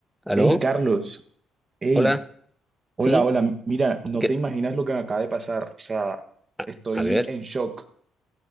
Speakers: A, in the centre; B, on the right.
A: ¿Aló?
B: Hey, Carlos, hey,
A: ¿Hola?
B: hola,
A: ¿Sí?
B: hola, mira, no
A: ¿Qué?
B: te imaginas lo que me acaba de pasar, o sea,
A: A,
B: estoy
A: a ver,
B: en shock.